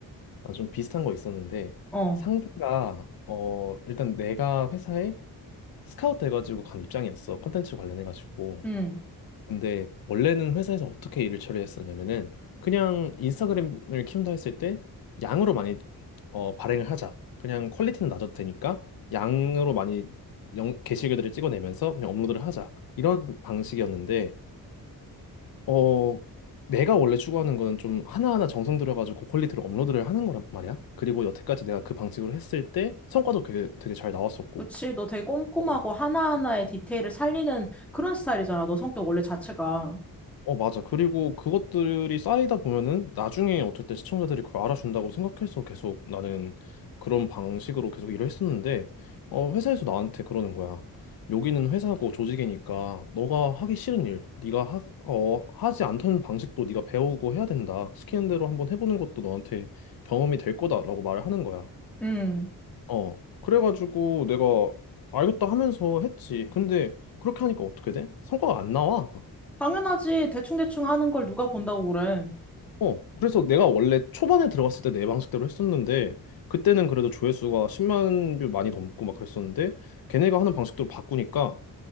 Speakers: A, on the left; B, in the centre.
A: 나 좀 비슷한 거 있었는데
B: 어,
A: 상사가 어 일단 내가 회사에 스카우트 돼가지고 간 입장이었어. 컨텐츠 관련해가지고.
B: 응.
A: 근데 원래는 회사에서 어떻게 일을 처리했었냐면은 그냥 인스타그램을 키운다 했을 때 양으로 많이 어, 발행을 하자. 그냥 퀄리티는 낮아도 되니까 양으로 많이 영, 게시글들을 찍어내면서 그냥 업로드를 하자. 이런 방식이었는데 어 내가 원래 추구하는 거는 좀 하나하나 정성 들여가지고 고퀄리티로 업로드를 하는 거란 말이야. 그리고 여태까지 내가 그 방식으로 했을 때 성과도 되게, 되게 잘 나왔었고.
B: 그치, 너 되게 꼼꼼하고
A: 어,
B: 하나하나의 디테일을 살리는 그런 스타일이잖아. 너 성격 원래 자체가.
A: 어, 맞아. 그리고 그것들이 쌓이다 보면은 나중에 어쨌든 시청자들이 그걸 알아준다고 생각해서 계속 나는 그런 방식으로 계속 일을 했었는데, 어, 회사에서 나한테 그러는 거야. 여기는 회사고 조직이니까 너가 하기 싫은 일, 네가 하, 어, 하지 않던 방식도 네가 배우고 해야 된다. 시키는 대로 한번 해보는 것도 너한테 경험이 될 거다라고 말을 하는 거야.
B: 응.
A: 어. 그래가지고 내가 알겠다 하면서 했지. 근데 그렇게 하니까 어떻게 돼? 성과가 안 나와.
B: 당연하지. 대충대충 하는 걸 누가 본다고 그래.
A: 어, 그래서 내가 원래 초반에 들어갔을 때 내 방식대로 했었는데, 그때는 그래도 조회수가 10만 뷰 많이 넘고 막 그랬었는데, 걔네가 하는 방식대로 바꾸니까,